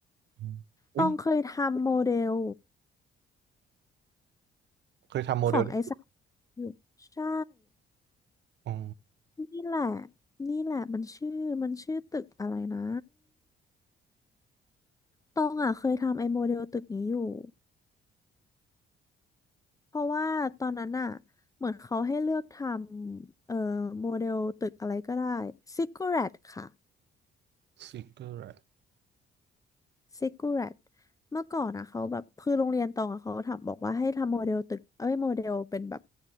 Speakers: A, on the right; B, on the left.
A: อืมเฮ้ย
B: ต้องเคยทำโมเดล
A: เคยทำโมเดลนี้
B: ของไอ้สามอยู่ใช่
A: อ๋อ
B: นี่แหละนี่แหละมันชื่อมันชื่อตึกอะไรนะตองอ่ะเคยทำไอ้โมเดลตึกนี้อยู่เพราะว่าตอนนั้นอ่ะเหมือนเขาให้เลือกทำเอ่อโมเดลตึกอะไรก็ได้ซิก u ร a t ค่ะ
A: ซิกเกอร์แร
B: ซิกูแรตเมื่อก่อนนะเขาแบบคือโรงเรียนตองอะเขาถามบอกว่าให้ทำโมเดลตึกเอ้ยโมเดลเป็นแบบ